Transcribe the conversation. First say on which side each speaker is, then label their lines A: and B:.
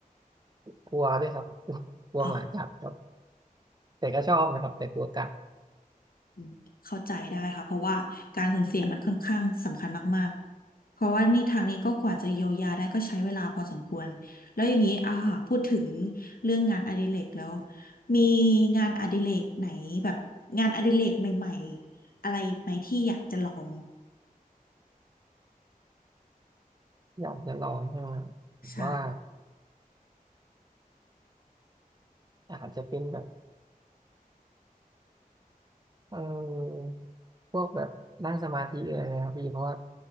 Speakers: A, on the right; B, on the left.
A: กลัวด้วยครับกลัวกลัวหมากัดครับ
B: อ๋อ
A: แต่ก็ชอบนะครับแต่กลัวกัด
B: อืมเข้าใจได้ค่ะเพราะว่าการสูญเสียมันค่อนข้างสำคัญมากๆเพราะว่านี่ทางนี้ก็กว่าจะเยียวยาได้ก็ใช้เวลาพอสมควรแล้วอย่างนี้อ่าพูดถึงเรื่องงานอดิเรกแล้วมีงานอดิเรกไหนแบบงานอดิเรกใหม่ๆอะไรไหมที่อยากจะลอง
A: อยากจะลองใช่ไหมครับผมว่า
B: ใช่
A: อาจจะเป็นแบบเออพวกแบบนั่งสมาธิอะไรนะครับพี่เพราะว่า